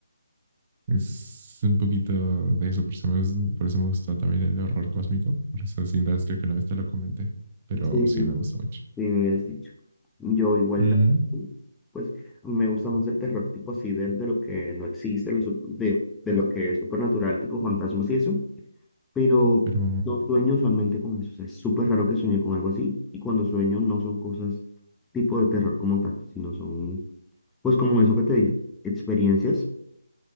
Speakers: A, on the right; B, in the centre.
A: Es un poquito de eso, por eso me, gus- por eso me gustó también el horror cósmico, por eso sin duda creo que una vez te lo comenté, pero
B: Sí,
A: sí
B: sí.
A: me gustó mucho.
B: Sí, me habías dicho. Yo igual,
A: Ujú,
B: también, pues me gusta más el terror tipo así, de, de lo que no existe, lo sup- de, de lo que es supernatural, tipo fantasmas y eso, pero
A: Pero,
B: no sueño usualmente con eso, o sea, es súper raro que sueñe con algo así, y cuando sueño no son cosas tipo de terror como tal, sino son, pues como eso que te dicen, experiencias